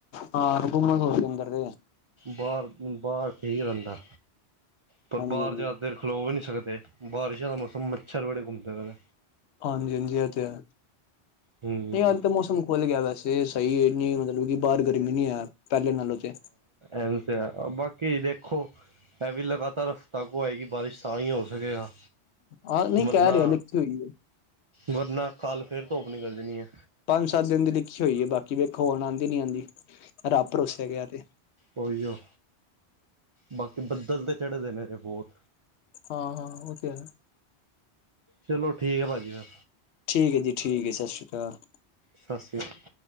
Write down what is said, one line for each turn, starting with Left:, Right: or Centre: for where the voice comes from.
Left: ਹਾਂ, ਹੋਮਸ ਹੋਗੀ ਅੰਦਰ ਤੇ।
Right: ਬਾਹਰ- ਬਾਹਰ ਠੀਕ ਰਹਿੰਦਾ ਪਰ
Left: ਹਾਂਜੀ
Right: ਬਾਹਰ
Left: ਹਾਂਜੀ
Right: ਜ਼ਿਆਦਾ ਦੇਰ ਖਲੋ ਵੀ ਨਹੀਂ ਸਕਦੇ। ਬਾਰਿਸ਼ਾਂ ਦਾ ਮੌਸਮ ਮੱਛਰ ਬੜੇ ਘੁੰਮਦੇ ਪਏ
Left: ਹਾਂਜੀ- ਹਾਂਜੀ ਇਹ ਤੇ ਹੈ।
Right: ਹੂੰ
Left: ਨਹੀਂ ਅਜ ਤਾਂ ਮੌਸਮ ਭੁੱਲ ਗਿਆ ਵੈਸੇ ਸਹੀ ਇਹ ਨ ਮਤਲਬ ਕਿ ਬਾਹਰ ਗਰਮੀ ਨੀ ਅ ਪਹਿਲੇ ਨਾਲ ਉਥੇ
Right: ਐ ਬਾਕੀ ਦੇਖੋ ਇਹ ਵੀ ਲਗਾਤਾਰ ਹਫ਼ਤਾ ਕੁ ਆਏਗੀ ਬਾਰਿਸ਼ ਤਾਂ ਹੀ ਹੋ ਸਕੇਗਾ
Left: ਹਹ ਨਹੀਂ
Right: ਵਰਨਾ
Left: ਕਹ ਰਿਹਾ ਲਿਖੀ ਹੋਈ ਹ
Right: ਵਰਨਾ ਕੱਲ ਫੇਰ ਧੁੱਪ ਨਿਕਲ ਜਾਣੀ ਆ।
Left: ਪੰਜ ਸੱਤ ਦਿਨ ਦੀ ਲਿਖੀ ਹੋਈ ਐ ਬਾਕੀ ਵੇਖੋ ਹੁਣ ਆਦੀ ਨੀ ਆਉਦੀ ਰੱਬ ਭਰੋਸਾ ਹੈਗਾ ਇਹ ਤੇ
Right: ਓਹੀਓ ਬਾਕੀ ਬੱਦਲ ਤਾਂ ਚੜ੍ਹੇ ਦੇ ਨੇ ਇਹ ਬਹੁਤ
Left: ਹਾਂ ਹਾਂ, ਓਹ ਤੇ ਹੈ।
Right: ਚਲੋ ਠੀਕ ਐ ਭਾਜੀ ਫਿਰ।
Left: ਠੀਕ ਏ ਜੀ ਠੀਕ ਏ ਸਤਿ ਸ਼੍ਰੀ ਅਕਾਲ।
Right: ਸਤਿ ਸ੍ਰੀ